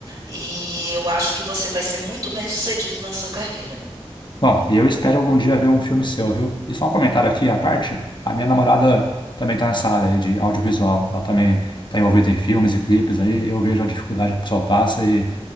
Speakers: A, on the right; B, on the left.
A: e eu acho que você vai ser muito bem sucedido na sua carreira.
B: Bom, e eu espero algum dia ver um filme seu, viu? E só um comentário aqui à parte, a minha namorada também está nessa área aí de audiovisual, ela também está envolvida em filmes e clipes aí, eu vejo a dificuldade que o pessoal passa e,